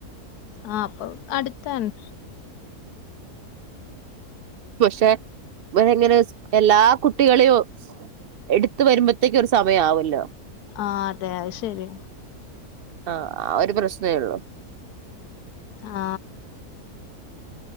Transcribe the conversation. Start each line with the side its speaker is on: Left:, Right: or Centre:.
Left: ആ അപ്പൊ അടുത്താണ്
Right: പക്ഷെ ഇവനങ്ങ എല്ലാ കുട്ടികളെം എടുത്തു വരുമ്പോത്തേക്ക് ഒരു സമയം ആവല്ലോ
Left: ആ അതെ അത് ശെരി
Right: അ ആഒരു പ്രശ്നേയുള്ളു
Left: ആ